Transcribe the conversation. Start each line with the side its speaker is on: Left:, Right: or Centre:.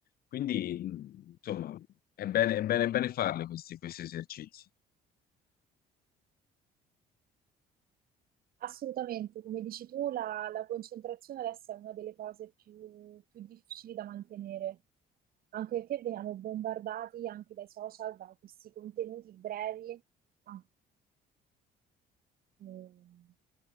Left: Quindi, mh, insomma, è bene, è bene, è bene farle questi, questi esercizi.
Right: Assolutamente, come dici tu, la, la concentrazione adesso è una delle cose più, più difficili da mantenere, anche perché veniamo bombardati anche dai social, da questi contenuti brevi. Ah, mm.